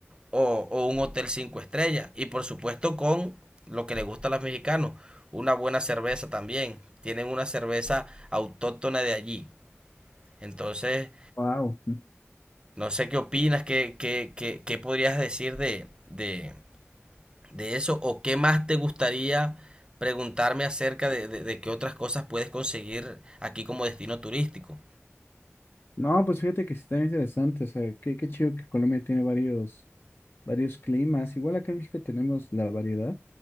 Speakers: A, on the right; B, on the left.
A: o, o un hotel cinco estrellas. Y por supuesto con lo que le gusta a los mexicanos, una buena cerveza también. Tienen una cerveza autóctona de allí. Entonces,
B: Wow.
A: no sé qué opinas, qué, qué, qué, qué podrías decir de, de, de eso o qué más te gustaría preguntarme acerca de, de- de qué otras cosas puedes conseguir aquí como destino turístico.
B: No, pues fíjate que sí está interesante, o sea, qué, qué chido que Colombia tiene varios, varios climas. Igual acá en México tenemos la variedad.